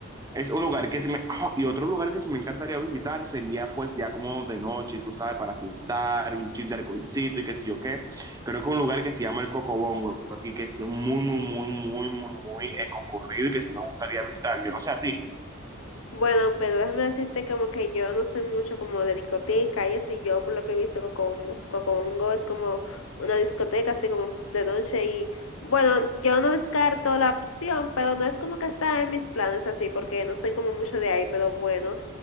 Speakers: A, on the right; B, on the left.
A: es un lugar que sí me... ah, y otro lugar que sí me encantaría visitar sería pues ya como de noche, tú sabes, para fiestar, un chin de alcoholcito y qué sé yo qué. Creo que un lugar que se llama el Cocobongo y que es muy, muy, muy, muy, muy, muy eh, concurrido y que sí me gustaría visitar. Yo no sé a ti.
B: Bueno, pero déjame decirte como que yo no soy mucho como de discoteca y eso, y yo por lo que he visto Cocomu- Cocobongo es como una discoteca, así como un club de noche y bueno, yo no descarto la opción, pero no es como que está en mis planes así, porque no soy como mucho de ahí, pero bueno,